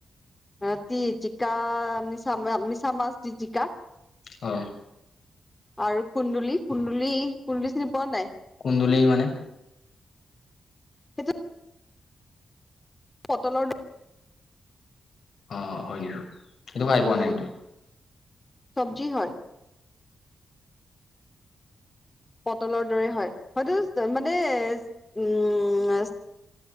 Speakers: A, on the left; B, on the left.
A: ৰাতি জিকা মিছা মিছামাছ দি জিকা।
B: হয়।
A: আৰু কুন্দুলি কুন্দুলি কুন্দুলি চিনি পোৱা নাই।
B: কুন্দুলি মানে।
A: সেইটো। পটলৰ।
B: অ হয় নেকি সেইটো খাই পোৱা
A: উম
B: ইটো।
A: চব্জি হয়। পটলৰ দৰে হয় হয়তো মানে উম।